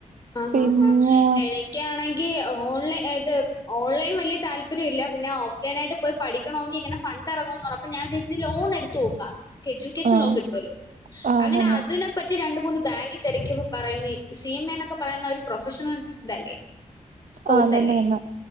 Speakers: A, on the left; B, on the right.
A: ആഹ
B: പിന്നെ
A: ആഹ് ആഹ എനി ണെങ്ക ഓൺലൈത് ഓൺലൈൻ വലിയ താല്പര്യംല്ല പിന്നെ ഓഫ്ലൈൻ ആയിട്ട് പോയി പഠിക്ക ണെങ്ക ഇങ്ങനെ ഫണ്ട് ഇറങ്ങോ പറഞ്ഞപ്പ ഞാൻ വിചാരിച്ച ലോൺ എടുത്ത് നോക്കാം എഡ്യൂക്കേഷൻ
B: ആഹ്
A: ലോൺ കിട്ടല്ലോ
B: ആഹ്
A: അങ്ങനെ
B: തന്നെ
A: അതിനെപ്പറ്റി രണ്ട മൂന്ന് ബാങ്ക് തിരക്കിയപ്പോ പറയുന്ന സി എം എ എന്നൊക്കെ പറയുന്ന ഒരു പ്രൊഫഷണൽ ഇതല്ലേ കോഴ്സ്ല്ലേ
B: ആഹ് തന്നെ തന്നെ